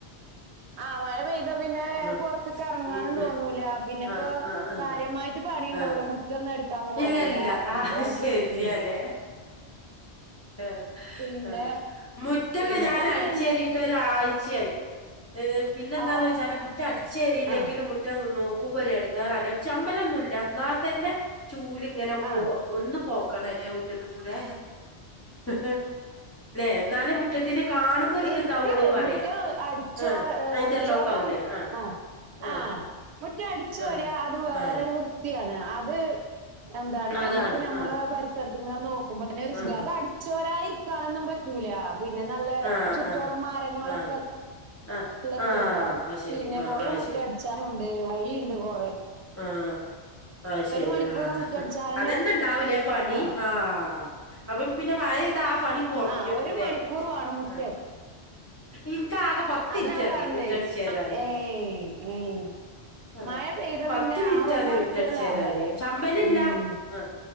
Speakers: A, on the right; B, on the left.
A: ആ മഴ പെയ്താ പിന്നെ
B: ആ
A: പുറത്തേക്ക് ഇറങ്ങാനും
B: ഉം
A: തോന്നൂല പിന്നെ
B: ആ
A: ഇപ്പോ
B: ആ ആ
A: കാര്യം <unintelligible> പണി ഉണ്ടാവൂല്ല
B: ആ
A: മുറ്റ <unintelligible> സംഭം പോലല്ല
B: ഇല്ല ഇല്ല ആ
A: ഇപ്പോ
B: ശരിയാലേ
A: ഉ
B: ആ
A: പിന്നെ
B: ആ മുറ്റൊക്കെ
A: പിന്നെപ്പോ
B: ഞാൻ
A: ഇനി
B: അടിച്ചേറിട്ട്
A: എന്താ
B: ഒരാഴ്ച <unintelligible> പിന്നെന്താന്ന്
A: ഓ
B: വെച്ചാല് മുറ്റം അടിച്ച കരിയില്ലെങ്കിലും
A: ആഹ്
B: മുറ്റം നോ <unintelligible> ഇടങ്ങറല്ല ചമ്പലന്നും ഇല്ല എന്നാൽ തന്നെ ചൂല ഇങ്ങനെ പോ
A: ആഹ്
B: ഒ പോക്കണംല്ലേ മുറ്റത്തി കൂടെല്ലേ എന്നാലും മുറ്റത്തിന് കാണുമ്പോ ഒരിതുണ്ടാവുള്ളൂ
A: എനിക്ക്
B: പറയാ
A: മുറ്റം അടിച്ചോ
B: ആഹ് ഇന്റർലോക്ക്
A: അടിച്ചോറി
B: ആവൂലേ ആഹ്
A: ആ
B: ആഹ്
A: ആഹ മുറ്റി അടിച്ചു
B: ആഹ്
A: വരി അത് വേറരു
B: ആഹ്
A: വൃത്തിയാണ് അത് എന്താണ്
B: അതാണ്
A: നമ്മുക്ക് നമ്മള്
B: ആഹ്
A: പരിസരത്തി നോക്കുമ്പോ തന്നൊരു സുഖണ്‌
B: ആഹ്
A: അടിച്ചൊരാ ണൊന്നും പറ്റൂല പിന്നെ നല്ല
B: ആഹ്
A: ചുറ്റോറ മരങ്ങളൊക്കെ
B: ആഹ് ആഹ് ആഹ്
A: നല്ല
B: ആഹ്
A: ശ്രസ
B: അത് ശരി
A: പിന്നെ
B: ആഹ്
A: കൊറേ
B: ആഹ്
A: മുറ്റം അടിച്ചാനുണ്ട് വഴുണ്ട് കൊറെ
B: ആഹ ആ ശരി
A: മണിക്കൂറ്
B: ആഹ
A: മുറ്റടിച്ചാനന്നെ
B: അതെന്ത ഉണ്ടാവലേ പണി
A: വേണം
B: ആ അപ്പൊ പിന്നെ മഴ ആ പണി കുറഞ്ഞിട്ടുല്ലേ
A: ആഹ് ഒരു മണിക്കൂർ വേണം മുറ്റം
B: ആ ഇനക്ക് ആകെ പത്തിറ്റധി
A: അതാ ഞാൻ പറഞ്ഞേ
B: റ്റടിച്ച് തരാേ അയിന്
A: ഏയ് ഏയ്
B: ഹ ഹ
A: മഴ
B: ഹ
A: പെയ്ത
B: പത്ത്
A: പിന്നെ
B: മിനിറ്റ്
A: ആ ഒരു
B: ആദ്യം
A: മണിക്കൂർ
B: മുറ്റടിച്ച്
A: ലാഭല്ലേ
B: തരന് ശമ്പലില്ല
A: ഉം
B: ആ